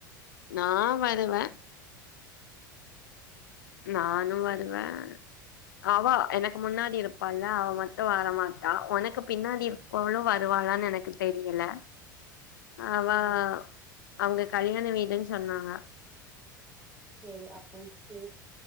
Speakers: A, on the left; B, on the right.
A: நா வருவே நானு
B: செரி
A: வருவே அவா எனக்கு முன்னாடி இருப்பால அவ மட்டு வரமாட்டா உனக்கு பின்னாடி இருப்பவுளு வருவா அளான் எனக்கு தெரியில அவா
B: ஆ
A: அவுங்க கல்யாண வீடுன் சொன்னாங்க
B: செரி அப்போ செரி